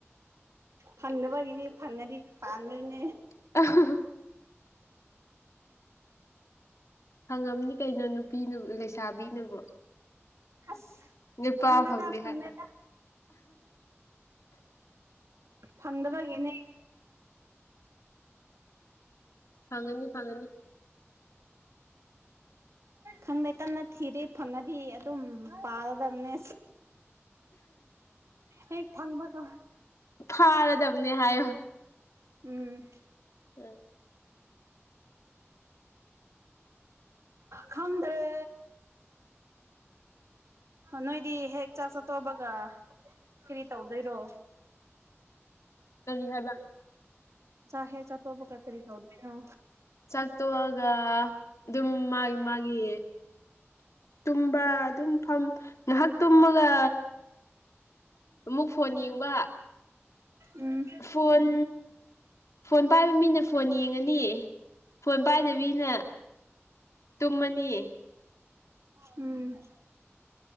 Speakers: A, on the right; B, on the left.
A: ꯐꯪꯗꯅꯕꯒꯤꯅꯤ ꯐꯪꯉꯗꯤ ꯄꯥꯟꯗꯣꯏꯅꯦ꯫
B: <unintelligible> ꯐꯪꯉꯝꯅꯤ ꯀꯩꯅꯣ ꯅꯨꯄꯤꯅꯕꯨ ꯂꯩꯁꯥꯕꯤꯅꯕꯨ꯫
A: ꯑꯁ
B: ꯅꯨꯄꯥ
A: ꯐꯪꯗꯦꯗ
B: ꯐꯪꯗꯦ
A: ꯐꯪꯗꯦꯗ꯫
B: ꯍꯥꯏ
A: ꯐꯪꯗꯕꯒꯤꯅꯦ꯫
B: ꯐꯪꯒꯅꯤ ꯐꯪꯒꯅꯤ꯫
A: ꯈꯪꯗꯦ ꯀꯟꯅ ꯊꯤꯔꯤ ꯐꯪꯉꯗꯤ ꯑꯗꯨꯝ ꯄꯥꯜꯂꯗꯕꯅꯦ꯫ ꯍꯦꯛ ꯐꯪꯕꯒ,
B: ꯐꯥꯔꯗꯕꯅꯤ ꯍꯥꯏꯌꯣ꯫
A: ꯎꯝ
B: <inaudible>
A: ꯈꯪꯗ꯭ꯔꯦ꯫ ꯑꯣ ꯅꯣꯏꯗꯤ ꯍꯦꯛ ꯆꯥꯛ ꯆꯥ ꯇꯣꯛꯄꯒ ꯀꯔꯤ ꯇꯧꯗꯣꯏꯔꯣ
B: ꯀꯔꯤ ꯍꯥꯏꯕ
A: ꯆꯥ ꯍꯦꯛ ꯆꯥꯛꯇꯣꯛꯄꯒꯥ ꯀꯔꯤ ꯇꯧꯗꯣꯏꯅꯣ
B: ꯆꯥꯛ ꯇꯣꯛꯑꯒ ꯑꯗꯨꯝ ꯃꯥꯒꯤ ꯃꯥꯒꯤ ꯇꯨꯝꯕ ꯑꯗꯨꯝ ꯐꯝ ꯉꯍꯥꯛ ꯇꯨꯝꯃꯒ ꯑꯃꯨꯛ ꯐꯣꯟ ꯌꯦꯡꯕ
A: ꯎꯝ
B: ꯐꯣꯟ ꯐꯣꯟ ꯄꯥꯏꯕ ꯃꯤꯅ ꯐꯣꯟ ꯌꯦꯡꯉꯅꯤ ꯐꯣꯟ ꯄꯥꯏꯗꯕꯤꯅ ꯇꯨꯝꯃꯅꯤ
A: ꯎꯝ